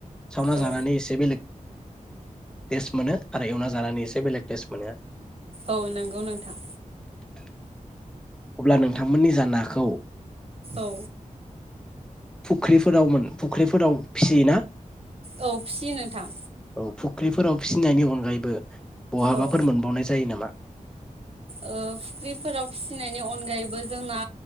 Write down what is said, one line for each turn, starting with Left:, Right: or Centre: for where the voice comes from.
Centre: सावना
Right: औ
Centre: जानानै एसे बेलेग टेस्ट मोनो आरो एवना जानानै एसे बेलेग टेस्ट मोनो आरो।
Right: औ नोंगौ नोंथां।
Centre: <inaudible> अब्ला नोंथांमोननिजा नाखौ
Right: औ
Centre: फुख्रिफोराव मोन फुख्रिफोराव फिसियोना
Right: औ फिसियो नोंथां
Centre: औ फु ख्रिफोराव फिसिनायनि अनगायैबो बहाबाफोर
Right: औ
Centre: मोनबावनाय जायो नामा?
Right: ओ फुख्रिफोराव फिसिनायनि अनगायैबो जोंना